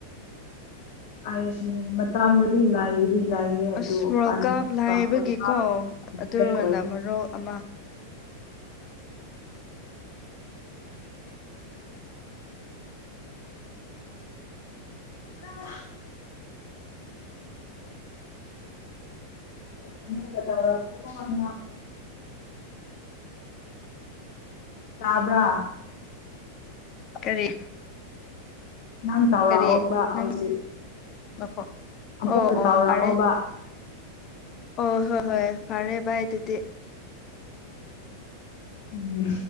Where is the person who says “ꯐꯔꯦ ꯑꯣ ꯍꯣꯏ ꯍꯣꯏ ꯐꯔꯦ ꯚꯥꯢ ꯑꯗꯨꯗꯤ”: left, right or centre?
Left